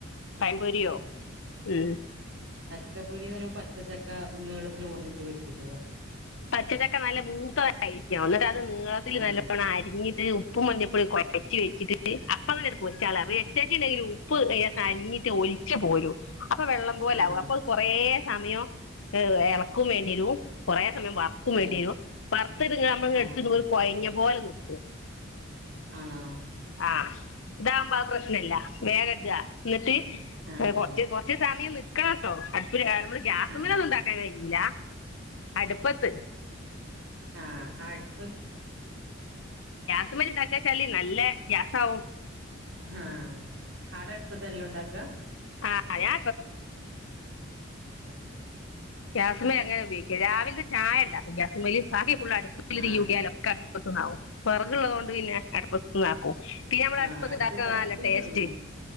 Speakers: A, on the left; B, on the right.
A: പയപൊരിയോ ഉ
B: ചക്കപ്പൊരി പറയുമ്പോ പച്ചക്ക നീളത്തിൽ ഉർഞ്ഞിട്ട് വരിക്കുന്നതോ
A: പച്ചച്ചക്കെ നല്ല മൂത്തയിരിക്കാം എന്നിട്ട് അത് നീളത്തിൽ
B: ആഹ്
A: നല്ലോണ്ണം അരിഞ്ഞി ഉപ്പ് മഞ്ഞപ്പൊടി കുഴച്ചി വെച്ചിട്ട് പലഞ്ഞടു പോയി ചാലേ ചേച്ചിതിൽ ഉപ്പ് ഞ്ഞിട്ട് ഒലിച്ച് പോരും അപ്പൊ വെള്ളം പോലെ
B: ആഹ്
A: ആകും അപ്പോൾ കൊറ സമയം ഹ് ഇളക്കും വേണ്ടിരുും കുറെേ സമയം വർക്കും
B: ഏഹ്
A: വണ്ടി വർ
B: ആഹ്
A: എടു കൊഴ പോോല നക്ക
B: ആണ
A: ആഹ ഇതാകുമ്പാ പ്രശ്നമല്ല വേഗം എതാ എന്നിട്ട്
B: ആഹ്
A: കൊറച്ച് കുറച്ച് സമയം ക്കത്തോ ഒരു നമ്മള് ഗ്യാസമ്മല
B: ആഹ്
A: ഒന്നും ഉണ്ടാക്കാൻ കഴിയില്ല അടുപ്പത്ത്
B: ആഹ ആ അടുത്ത
A: പുമ താക്ക ശാലി നല്ല ഗ്യസ ആാവവും
B: ആഹ ആടടുപ്പതെല്ലാം ഉണ്ടാക്കുക
A: ആഹ ഞാ
B: ആഹ്
A: ഗ്യാസിമെ അങ്ങനെ ഉപയോഗിക്കും രാവിലത്തെ ചായ ഉണ്ടാക്കും ഗ്യാസിമേൽ ബാ ഫുൾ അടുപ്പ <unintelligible> ത്ത്
B: ആഹ്
A: ന്നാവും വിറകുള്ളതുകൊണ്ട് പിന്നെ അടപ്പത്തന്ന് ആക്കും പിന്നെ നമ്മളെ
B: ആഹ്
A: അടുപ്പത്തിണ്ടാക്കുന്നതല്ലെ
B: അടുപ്പ് കത്തി
A: ടേസ്റ്റ്
B: ഉം